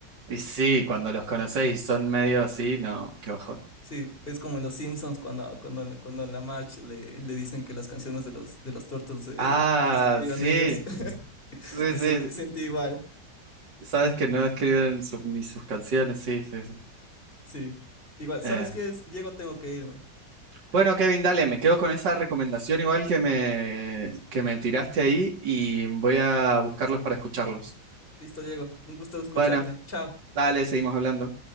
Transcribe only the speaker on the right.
Y sí, cuando los conocéis y son medio así, no, qué bajón.
Ah,
sí.
Sí,
sí,
sí.
sabes que no he escrito en su- ni sus canciones, sí, sí, sí.
Eh,
bueno, Kevin, dale, me quedo con esa recomendación igual que me, que me tiraste ahí y voy a buscarlos para escucharlos.
Bueno,
dale, seguimos hablando.